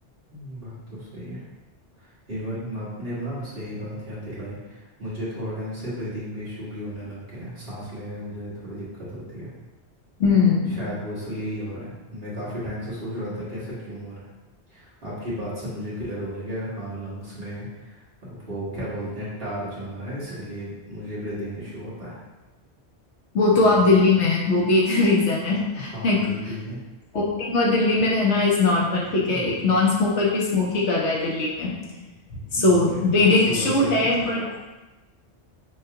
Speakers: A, on the right; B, on the left.
A: हम्म, बात तो सही है इवन आपने ना सही बात याद दिलाई मुझे थोड़ा इनसे ब्रीदिंग भी इशू भी होने लग गए हैं सांस लेने में मुझे थोड़ी दिक्कत होती है
B: हम्म
A: शायद वो इसलिए ही हो रहा है मैं काफ़ी टाइम से सोच रहा था कि ऐसा क्यों हो रहा है आपकी बात से मुझे क्लियर हो गया कि हाँ लंग्स में वो क्या बोलते हैं टार जम रहा है इसलिए मुझे ब्रीदिंग इशू होता है
B: वो तो आप दिल्ली में हैं, वो भी एक <laughs> रीजन है लाइक
A: हाँ ये भी है
B: वोटिंग और दिल्ली में रहना इज नॉर्मल ठीक
A: हम्म,
B: है एक नॉन स्मोकर भी स्मोक ही कर रहा है दिल्ली में सो
A: वो क्या
B: ब्रीदिंग
A: था सोलह
B: इशू
A: सिगरेट
B: है बट